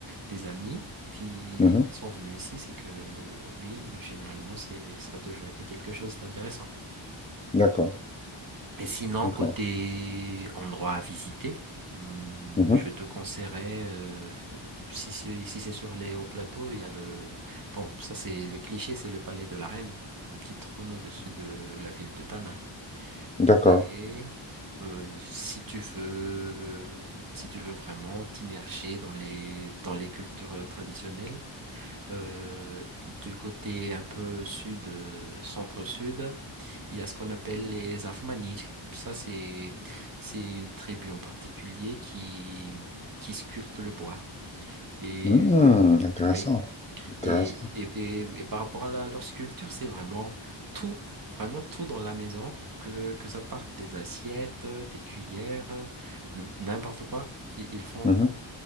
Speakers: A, on the right; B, on the left.
A: des amis qui,
B: Mhm,
A: qui sont venus ici, c'est que oui, généralement, c'est, ça a toujours été quelque chose d'intéressant.
B: d'accord,
A: Et sinon,
B: d'accord,
A: côté endroit à visiter, hum,
B: Mhm,
A: je te conseillerais, euh, si, c'est- si c'est sur les hauts plateaux, il y a le... Bon, ça c'est le cliché, c'est le palais de la Reine, une petite trône au-dessus de la ville de Tana.
B: d'accord.
A: Mais euh, si tu veux, euh, si tu veux vraiment t'immerger dans les, dans les cultures traditionnelles, euh, du côté un peu sud, euh, centre-sud, il y a ce qu'on appelle les Afmanis. Ça, c'est, c'est une tribu en particulier qui, qui sculpte le bois. Et
B: Hmm, intéressant,
A: oui,
B: intéressant.
A: et, et, et- et par rapport à la- leur sculpture, c'est vraiment tout, vraiment tout dans la maison, que, que ça parte des assiettes, euh, des cuillères, euh, n- n'importe quoi. Ils ils font,
B: Mhm,